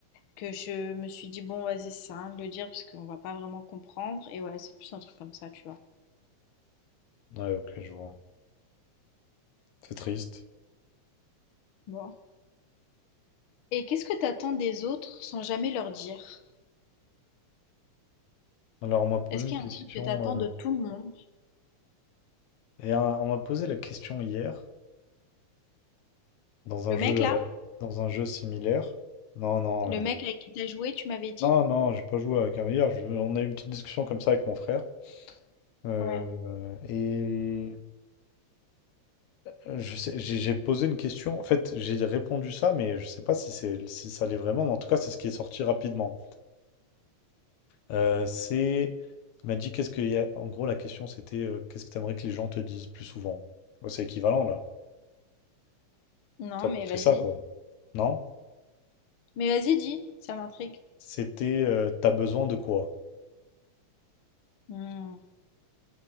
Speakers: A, on the left; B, on the left.
A: que je me suis dit, bon, vas-y, c'est ça, de le dire parce qu'on va pas vraiment comprendre. Et ouais, c'est plus un truc comme ça, tu vois.
B: Ouais, ok, je vois. C'est triste.
A: Bon. Et qu'est-ce que t'attends des autres sans jamais leur dire?
B: Alors, on m'a posé
A: Est-ce qu'il
B: une question,
A: y a un truc que t'attends
B: euh,
A: de tout le monde?
B: et euh, on m'a posé la question hier dans un
A: Le
B: jeu,
A: mec là?
B: euh, dans un jeu similaire. Non, non,
A: Le
B: euh, bon.
A: mec avec qui t'as joué, tu m'avais dit?
B: non, non, j'ai pas joué avec un meilleur. Je- on a eu une petite discussion comme ça avec mon frère. Euh,
A: Ouais.
B: et Euh, Je sais, j'ai j'ai posé une question. En fait, j'ai répondu ça, mais je sais pas si c'est si ça l'est vraiment. Mais en tout cas, c'est ce qui est sorti rapidement. Euh, c'est, il m'a dit qu'est-ce qu'il y a. En gros, la question c'était euh, qu'est-ce que t'aimerais que les gens te disent plus souvent? Ouais, C'est équivalent là.
A: Non,
B: Ça
A: mais
B: fait
A: vas-y.
B: ça quoi. Non?
A: Mais vas-y, dis, ça m'intrigue.
B: C'était euh, t'as besoin de quoi?
A: Hmm,